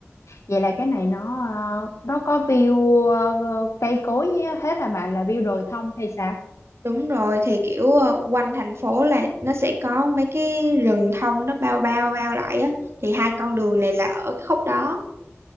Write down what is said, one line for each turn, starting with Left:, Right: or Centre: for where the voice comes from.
Left: vậy là cái này nó ờ, nó có view ờ, ờ, cây cối nhé. hết hả bạn là view đồi thông hay sao?
Right: Đúng rồi thì kiểu ờ, quanh thành phố là nó sẽ có mấy cái rừng thông nó bao bao bao lại á thì hai con đường này là ở cái khúc đó